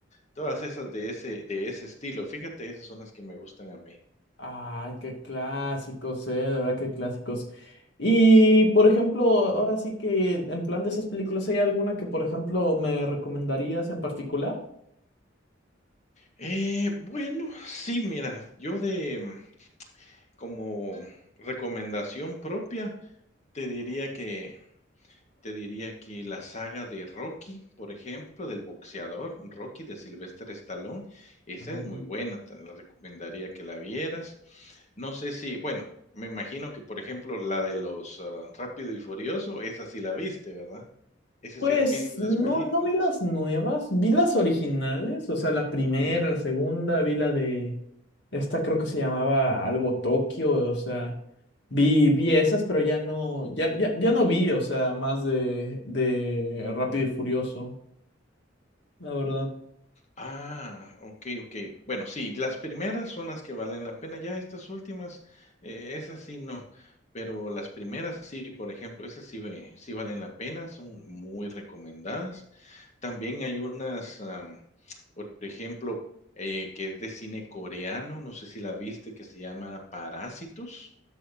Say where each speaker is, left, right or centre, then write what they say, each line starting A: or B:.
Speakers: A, on the left; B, on the left.
A: todas esas de ese, de ese estilo. Fíjate, esas son las que me gustan a mí.
B: ay, qué clásicos, eh, de verdad, qué clásicos. Y, por ejemplo, ahora sí que en plan de esas películas, ¿hay alguna que, por ejemplo, me recomendarías en particular?
A: Eh, bueno, sí, mira, yo de mm, como recomendación propia, te diría que te diría que la saga de Rocky, por ejemplo, del boxeador Rocky de Sylvester Stallone, esa
B: Ah,
A: es muy buena, te la recomendaría que la vieras. No sé si, bueno, me imagino que, por ejemplo, la de los, ah, Rápido y Furioso, esa sí la viste, ¿verdad? Esa
B: Pues
A: sí has visto
B: no,
A: esas películas.
B: no vi las nuevas, vi las originales, o sea, la primera,
A: Ah.
B: la segunda, vi la de esta creo que se llamaba algo Tokio, o sea, vi, vi esas, pero ya no, ya, ya, ya no vi, o sea, más de, de Rápido y Furioso, la verdad.
A: Ah, okey, okey. Bueno, sí, las primeras son las que valen la pena, ya estas últimas, eh, esas sí no, pero las primeras sí, por ejemplo, esas sí ve sí valen la pena, son muy recomendadas. También hay unas, am, por ejemplo, eh, que es de cine coreano, no sé si la viste, que se llama Parásitos.